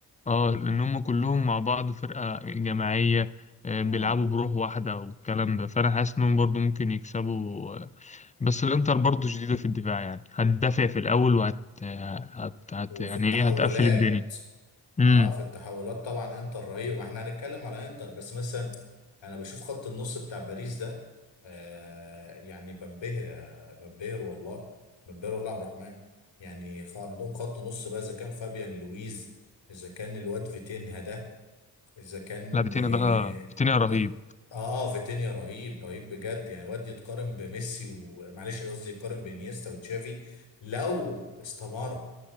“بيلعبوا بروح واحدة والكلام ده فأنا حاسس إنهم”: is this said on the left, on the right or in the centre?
Left